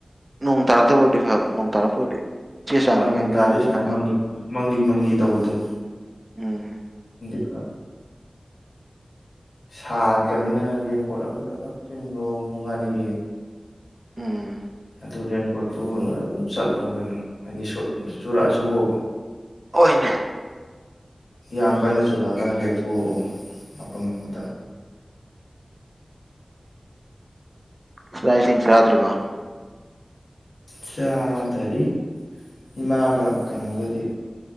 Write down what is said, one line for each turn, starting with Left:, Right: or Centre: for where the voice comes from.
Right: ꯅꯣꯡ ꯇꯥꯔꯛꯇꯕ ꯑꯣꯏꯔꯗꯤ ꯐꯕ ꯅꯣꯡ ꯇꯥꯔꯛꯄ ꯑꯣꯏꯔꯗꯤ ꯆꯦ ꯆꯥꯡꯅꯤ
Left: ꯑ
Right: ꯃꯌꯥꯝ
Left: ꯅꯣꯡ ꯇꯥꯗꯣꯏ
Right: ꯌꯥꯎꯕꯅꯤꯅꯀꯣ
Left: ꯁꯨꯃꯥꯏꯅ ꯃꯪꯂꯤ ꯃꯪꯂꯤ ꯃꯪꯂꯤ ꯇꯧꯕꯗꯨꯣ
Right: ꯎꯝ
Left: ꯑ ꯁꯥꯇꯅꯤꯅ ꯔꯦꯟꯀꯣꯠ ꯑꯃꯇ ꯍꯥꯞꯆꯤꯟꯈ꯭ꯔꯣ ꯃꯕꯥꯅꯤꯒꯤ
Right: ꯎꯝ
Left: ꯑꯗꯨ ꯔꯦꯟꯀꯣꯠꯇꯨ ꯆꯠꯂꯣ ꯀꯩꯅꯣ ꯍꯥꯏꯗꯤ ꯆꯨꯔꯛꯑꯁꯨꯕꯣꯕ
Right: ꯍꯣꯏꯅꯦ
Left: ꯑꯃ ꯀꯟꯅ ꯆꯨꯔ ꯑꯅ ꯂꯦꯊꯑꯣ ꯑꯄ ꯃꯃꯇ
Right: ꯁꯗꯥꯥꯏꯁꯤꯡ ꯆꯔꯥꯗ꯭ꯔꯤꯕ
Left: ꯆꯥꯗꯔꯤ ꯏꯃꯥꯒ ꯀꯩꯅꯣꯒꯗꯤ